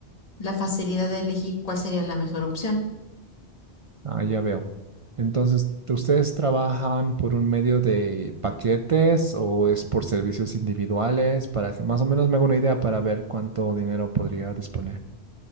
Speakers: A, on the left; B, on the right.
A: la facilidad de elegir cuál sería la mejor opción.
B: Ah, ya veo. Entonces, ¿ustedes trabajan por un medio de paquetes o es por servicios individuales? Para que más o menos me haga una idea para ver cuánto dinero podría disponer.